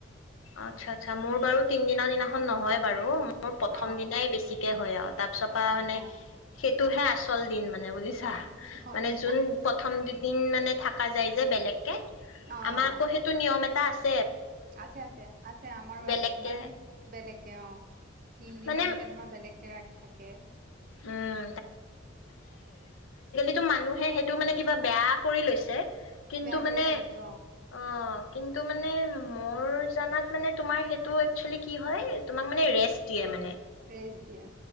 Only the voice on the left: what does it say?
আচ্ছা আচ্া মোৰ বাৰু তিনদিনৰ দিনাখন নহয় বাৰু মোৰ প্ৰথম
দিনাই বেছি হয় আৰু তাপ চপা
মানে
সেই তহে আচল দিন মানে া
মানে
যোন প্ৰথম দুদিন মানে থাককা যায় যে বেলেগকৈ
আমাৰ আকৌ সেইটো নিয়ম এটা পাঁচ
বেলেগকে
মানে
উম টো মানুহে সেইটো মানে কিবা বেয়া কৰি লৈছে কিন্তু
মানে
অ কিন্তু মানে মোৰ জাত মানে তোমাৰ সেইটো এক্চুৱেলি কি হয় তোমাক মানে
ৰেষ্ট দিয়ে মানে